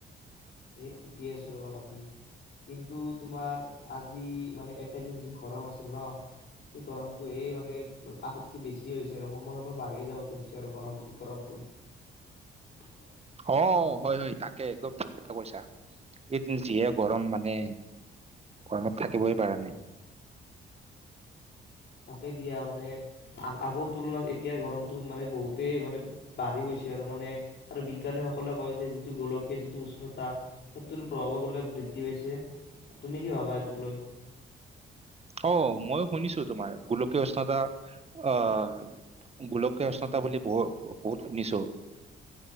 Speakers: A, on the left (about 55°); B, on the right (about 30°).
A: এই ঠিকেই আছো ৰবা বাকী কিন্তু তোমাৰ আজি মানে একেদিন যি গৰম আছিল ন', সেই গৰমটোহে মানে আগতকে বেছিয়ে হৈছে আৰু সময়ে -সময়ে বাঢ়িয়ে যাব ধৰিছে আৰু গৰম-গৰমটো <unintelligible>
B: অ-হয়-হয় তাকে একদম ঠিক কথা কৈছা, এইকেইদিন যিয়ে গৰম মানে গৰমত থাকিবই পাৰা নাই।
A: তাকে দিয়া মানে আ-আগৰ তুলনাত এতিয়া গৰমটো মানে বহুতেই মানে বাঢ়ি গৈছে আৰু মানে আৰু বিজ্ঞানীসকলে কয় যে', যিটো গোলকীয় যিটো উষ্ণতা সেইটোত প্ৰভাৱৰ বলে বৃদ্ধি পাইছে, তুমি কি ভাবা এইটোক লৈ?
B: অ', মই শুনিছো তোমাৰ গোলকীয় উষ্ণতা অহ', গোলকীয় উষ্ণতা বুলি বহ-বহুত শুনিছো